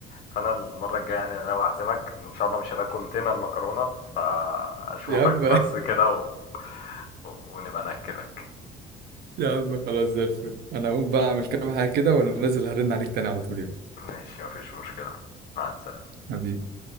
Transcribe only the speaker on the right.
يا عم
<laughs> يا عم خلاص زي الفل انا هقوم بقى اعمل كام حاجه كده وانا نازل هرن عليك تاني على طول يعني
حبيبي